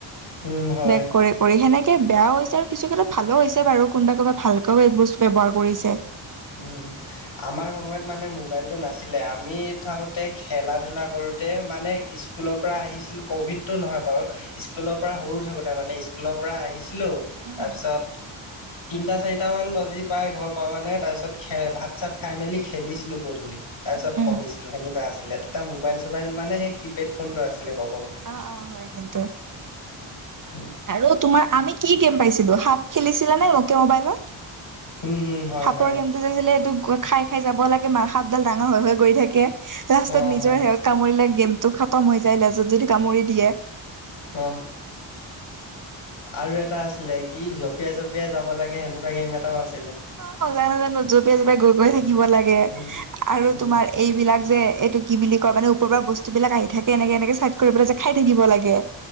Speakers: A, on the left; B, on the right.
A: উম হয়
B: বেক কৰে কৰি। সেনেকে বেয়াও হৈছে আৰু কিছু ক্ষেত্ৰত ভালো হৈছে বাৰু কোনবা কোনবা ভালকৈ এই বস্তু ব্যৱহাৰ কৰিছে।
A: উম। আমাৰ সময়ত মানে মোবাইলটো নাছিলে। আমি থাকোঁতে খেলা-ধূলা কৰোঁতে মানে স্কুলৰ পৰা আহিছিলোঁ। ক'ভিডটো নহয় বাৰু। স্কুলৰ পৰা সৰু থাকোঁতে মানে। স্কুল স্কুলৰ পৰা আহিছিলোঁ।
B: উম
A: তাৰপিছত তিনটা, চাৰিটামান বাজি পাই ঘৰ পাওঁ মানে। তাৰপিছত খে ভাত-চাত খাই মেলি খেলিছিলোঁ গধূলি। তাৰপিছত
B: উম উম
A: পঢ়িছিলো সেনেকুৱা আছিলে। তেতিয়া মোবাইল-চোবাইল মানে সেই কিপেড ফোনটো আছিলে ক'ব গ'লে।
B: অ অ হয় কিন্তু।
A: উম।
B: আৰু তোমাৰ আমি কি গেম পাইছিলোঁ? সাপ খেলিছিলা নে নকীয়া মোবাইলত?
A: উম উম। হয়
B: সাপৰ
A: হয়।
B: গেমটো এইটো খাই-খাই যাব লাগে। মা সাপডাল ডাঙৰ হৈ হৈ গৈ থাকে। লাষ্টত
A: অ',
B: নিজৰ
A: হয়,
B: সেহত কামুৰিলে গেমটো খতম হৈ যায়, লেজত যদি কামুৰি দিয়ে।
A: অ আৰু এটা আছিলে, কি জপিয়াই জপিয়াই যাব লাগে সেনেকুৱা গেম এটাও আছিল।
B: অ <unintelligible> জপিয়াই জপিয়াই গৈ গৈ থাকিব লাগে
A: উম,
B: আৰু
A: উম,
B: তোমাৰ এইবিলাক যে এইটো কি বুলি কয়! মানে ওপৰৰপৰা বস্তুবিলাক আহি থাকে এনেকে-এনেকে চাইড কৰিবলৈ যে খাই থাকিব লাগে।